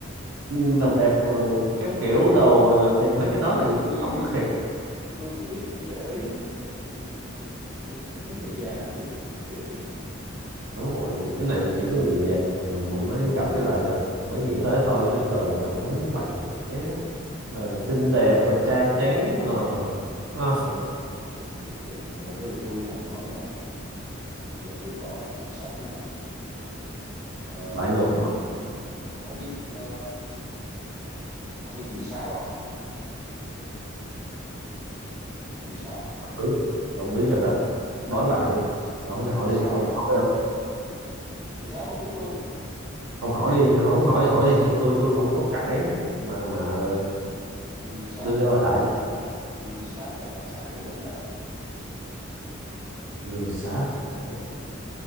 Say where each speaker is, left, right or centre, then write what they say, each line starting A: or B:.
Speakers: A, on the right; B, on the right.
A: Ừ, làm đẹp rồi các kiểu đồ ờ, thì
B: ừ
A: mấy cái đó là
B: tôi
A: không xuất hiện
B: tôi cũng ít để ý á. thì nghĩ mấy người già á, tôi cũng ít để ý á. ừ,
A: đúng rồi cái này
B: ừ,
A: chỉ có người già rồi mình mới
B: ừ,
A: gặp cái lại là mới nghĩ tới thôi chứ thường gặp
B: ừ.
A: mấy bạn trẻ rồi xinh đẹp rồi trai tráng rồi ha,
B: ok ok ok ok giờ tôi được tôi nha tôi hỏi nha giờ tôi hỏi đặc sản nha ờ,
A: lại được
B: ông biết ờ, ông biết dừa sáp không dừa sáp
A: không biết không biết rồi đó đoán đại đi ông
B: gì
A: cứ hỏi
B: dừa sáp
A: đi ông hỏi
B: dừa sáp ông biết luôn
A: không hỏi đi không muốn hỏi thì hỏi đi tôi tôi không có cản mà mà
B: rồi dừa sáp
A: tôi trả lời
B: là
A: đại
B: đặc dừa sáp là đặc sản của tỉnh nào
A: vừa
B: dừa
A: sáp
B: sáp
A: <laughs>
B: ừ.